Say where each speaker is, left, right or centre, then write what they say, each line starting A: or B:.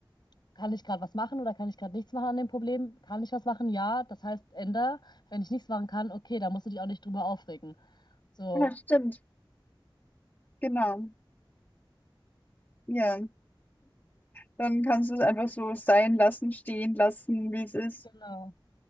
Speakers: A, on the left (about 55°); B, on the left (about 25°).
A: kann ich gerade was machen oder kann ich gerade nichts machen an dem Problem? Kann ich was machen? Ja, das heißt, änder. Wenn ich nichts machen kann, okay, da musst du dich auch nicht drüber aufregen. So,
B: ja, stimmt. Genau. Ja. Dann kannst du es einfach so sein lassen, stehen lassen, wie es ist.
A: Genau.